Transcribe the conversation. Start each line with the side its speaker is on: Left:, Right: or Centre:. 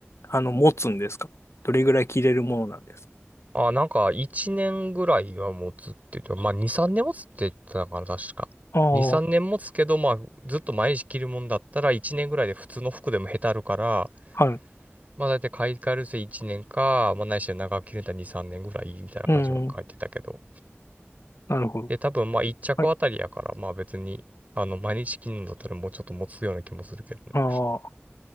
Left: あの、持つんですかどれぐらい着れるものなんですか
Right: あ、なんか、1年ぐらいは持つって言って、まあ、2、3年持つって言ってたから、確か。
Left: ああ、
Right: 2、3年持つけど、まあ、ずっと毎日着るもんだったら、1年ぐらいで普通の服でもへたるから、
Left: はい。
Right: まあ、だいたい買い替えるせ1年か、まあ、ないしは長く着るんだたら2、3年ぐらいみたいな感じは書いてたけど。
Left: うん、なるほど。
Right: で、多分まあ一着あたりやから、
Left: はい。
Right: まあ別に、あの、毎日着なんだったらもうちょっと持つような気もするけどね。
Left: ああ。